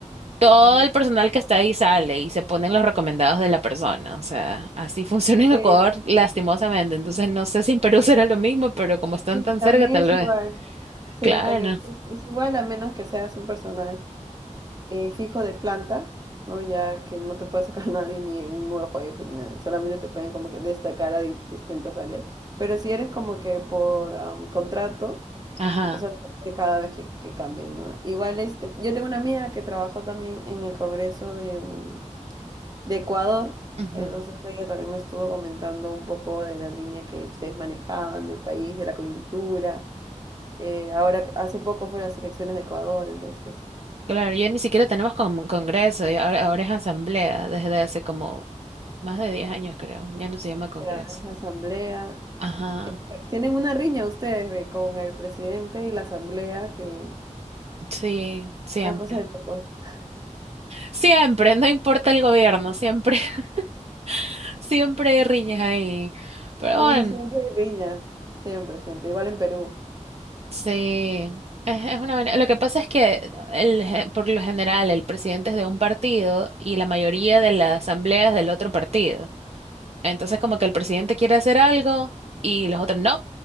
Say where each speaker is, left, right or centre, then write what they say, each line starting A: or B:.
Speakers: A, on the right; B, on the right.
A: todo
B: Ajá.
A: el personal que está ahí sale y se ponen los recomendados de la persona. O sea, así <laughs> funciona en
B: sí,
A: Ecuador lastimosamente. Entonces no sé si en Perú será lo mismo, pero como están
B: sí,
A: tan
B: también
A: cerca, tal
B: es
A: vez.
B: igual. Sí,
A: Claro.
B: también es, es igual a menos que seas un personal eh, fijo de planta, ¿no? Ya que no te puede sacar <laughs> nadie ni un nuevo jefe ni nada, solamente te pueden como que destacar a di- distintas áreas. Pero si eres como que por am, contrato,
A: Ajá.
B: Eso lo que cada vez que, que cambien, ¿no? Igual, este, yo tengo una amiga que trabajó también en el Congreso de, mm, de Ecuador,
A: ujú.
B: entonces ella también me estuvo comentando un poco de la línea que ustedes manejaban, del país, de la coyuntura. Eh, ahora, que- hace poco fue las elecciones de Ecuador, entonces,
A: Claro, ya ni siquiera tenemos con- congreso, ya ahora, ahora es asamblea desde hace como más de 10 años, creo. Ya no se llama congreso.
B: era la asamblea.
A: Ajá.
B: Eh, tienen una riña ustedes de, con el presidente y la asamblea, que
A: Sí, siempre.
B: una cosa de locos. <laughs>
A: Siempre, no importa el gobierno, siempre, <laughs> siempre hay riñas ahí. Pero
B: Sí,
A: bueno,
B: siempre hay riñas, siempre, siempre, igual en Perú.
A: sí. Es, es una, vaina. lo que pasa es que el, ge- por lo general el presidente es de un partido y la mayoría de las asambleas del otro partido. Entonces, como que el presidente quiere hacer algo y los otros, no,